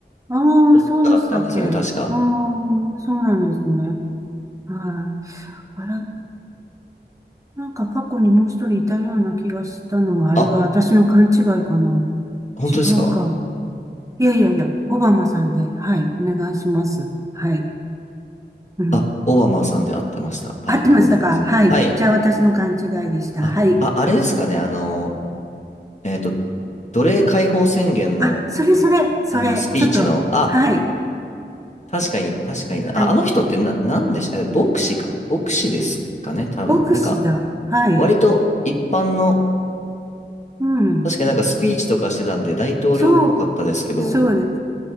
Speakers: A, on the right; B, on the left.
A: ああ、
B: どっちかだったんですよね、
A: そうでしたっけ。ああ、
B: 確か。
A: そうなんですね。はい。あら、なんか過去にもう一人いたような気がしたのは、あれは私の勘違いかな。
B: あ、本当ですか
A: 違うか。いやいやいや、オバマさんで。はい。お願いします。はい。うん
B: あ、オバマさんで合ってました。バラク・
A: 合ってましたかはい。
B: オバマさん。はい。
A: じゃあ私の勘違いでした。
B: あ、
A: はい。
B: あ、あれですかね、あの、えっと、奴隷解放宣言の、
A: あ、それそれ、それ、
B: あの、スピーチの、
A: ちょっと、
B: あ、
A: はい。
B: 確かに、確かにな。
A: はい。
B: あ、あの人ってな、なんでし、え、牧師か。牧師ですかね、多分。
A: 牧師だ。
B: なんか、
A: はい。
B: 割と一般の、
A: うん。
B: 確かになんかスピーチとかしてたんで大統領っぽかったですけど、
A: そう、そうです。